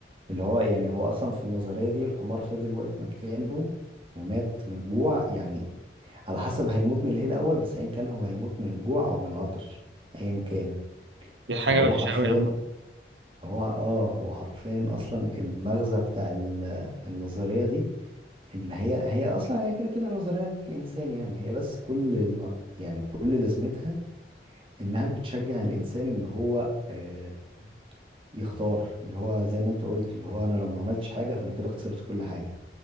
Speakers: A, on the right (about 30°); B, on the right (about 80°).
A: اللي هو يعني هو اصلا في النظرية دي الحمار فضل واقف مكانه ومات من الجوع يعني على حسب هيموت من ايه الاول بس ايا كان هو هيموت من الجوع او من العطش ايا كان
B: دي
A: فهو
B: حاجة وحشة
A: حرفيا
B: أوي يا عم
A: هو اه هو حرفيا اصلا المغزى بتاع ال- النظرية دي ان هي هي اصلا هي كده كده نظرية للانسان يعني هي بس كل الن- يعني كل لازمتها انها بتشجع الانسان ان هو آه، يختار اللي هو زي ما انت قلت اللي هو انا لو ما عملتش حاجه فانا كده خسرت كل حاجه